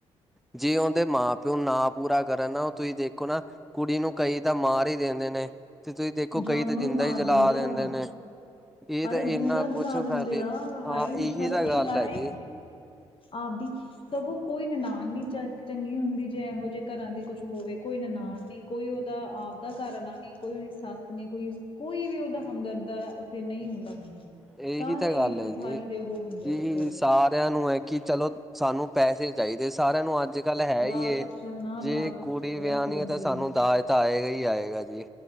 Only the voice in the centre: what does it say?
ਜੇ ਉਂਦੇ ਮਾਂ ਤੇ ਉਹ ਨਾ ਪੂਰਾ ਕਰਨ ਨਾ ਉਹ ਤੁਸੀਂ ਦੇਖੋ ਨਾ ਕੁੜੀ ਨੂੰ ਕਈ ਤਾਂ ਮਾਰ ਹੀ ਦੇਦੇ ਨੇ। ਤੇ ਤੁਸੀਂ ਦੇਖੋ
ਕਈ ਤਾਂ ਜਿੰਦਾ
ਹੀ ਜਲਾ ਦਿੰਦੇ
ਨੇ। ਏ
ਤਾਂ
ਏਨਾ
ਕੁਛ
ਫੈਲੇ
ਹਾਂ
ਏਹੀ
ਤਾਂ
ਗੱਲ
ਹੈ ਜੀ।
ਇਹੀ
ਤਾਂ ਗੱਲ
ਹੈ ਜੀ
ਕਿ
ਸਾਰਿਆਂ ਨੂੰ ਐ ਕਿ ਚਲੋ ਸਾਨੂੰ ਪੈਸੇ ਚਾਈਦੇ ਸਾਰਿਆਂ ਨੂੰ ਅੱਜਕੱਲ੍ਹ ਹੈ
ਈ ਏ
ਜੇ
ਕੁੜੀ
ਵਿਆਹਨੀ
ਹੈ ਤਾਂ ਸਾਨੂੰ
ਦਾਜ ਤਾਂ ਆਏਗਾ ਹੀ ਆਏਗਾ ਜੀ।